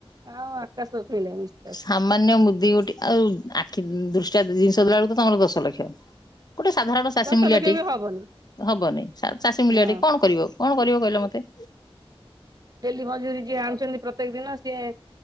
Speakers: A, on the right; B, on the left.
A: ଆଉ ଆକାଶ ଛୁଇଁଲାଣି। <unintelligible>
B: ସାମାନ୍ୟ ମୁଦି ଗୋଟେ, ଆଉ ଆଖି ଦୃଷ୍ଟିଆ ଜିନିଷ ଦେଲା ବେଳକୁ ତମର ଦଶ ଲକ୍ଷ। ଗୋଟେ ସାଧାରଣ ଚାଷୀ-ମୂଲିଆଟେ
A: ଦଶ ଲକ୍ଷ ବି ହବନି
B: ହବନି, ଚାଷୀ-ମୂଲିଆଟେ
A: ହଁ।
B: କଣ କରିବ ଆଉ? କଣ କରିବ କହିଲ ମୋତେ?
A: ଡେଲି ମଜୁରୀ ଯିଏ ଆଣୁଛନ୍ତି, ପ୍ରତ୍ୟେକ ଦିନ ସିଏ